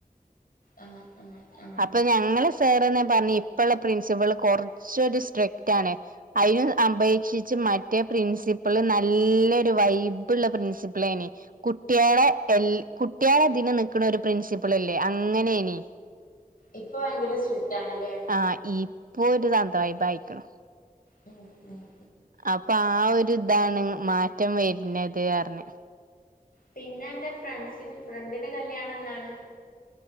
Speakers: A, on the left; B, on the right.
A: ആഹ്. ആഹ് ആഹ്
B: അപ്പാ ഞങ്ങളെസാറെന്നെ പറഞ്ഞ് ഇപ്പള്ളെ പ്രിൻസിപ്പിള് കൊറച്ചൊരു സ്ട്രിക്റ്റാണ്. അയ്ന് അപേക്ഷിച്ച് മറ്റേ പ്രിൻസിപ്പിള് നല്ലൊരു വൈബ്ള്ള പ്രിൻസിപ്പിൾനി കുട്ടികളെ എല്ല കുട്ടികളെ തിനെ നിക്കണ ഒരു പ്രിൻസിപ്പിൾല്ലേ അങ്ങനെനി
A: ഇപ്പൊ ഭയങ്കര സ്ട്രിക്റ്റ് ആണല്ലേ
B: ആഹ ഇപ്പോ ഒരു തന്തവൈബ് ആയിക്കുണ്
A: മ് മ്
B: അപ്പൊ ആ ഒരു ഇതാണ് മാറ്റം വരുന്നത് അർഞ്ഞ്
A: പിന്നെ എന്റെ ഫ്രണ്ട്സി ഫ്രണ്ടിന്റെ കല്യാണം എന്നാണ്